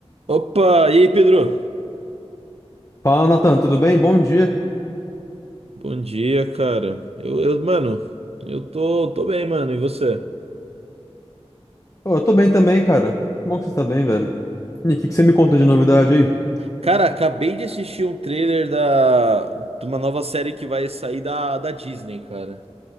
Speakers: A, on the right; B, on the left.
A: Opa, e aí, Pedro?
B: Fala, Nathan, tudo bem? Bom dia.
A: Bom dia, cara. Eu, eu, mano, eu tô, tô bem, mano. E você?
B: Ô, eu tô bem também, cara. Que bom que você tá bem, velho. E o que que você me conta de novidade aí?
A: Cara, acabei de assistir um trailer da, de uma nova série que vai sair da, da Disney, cara.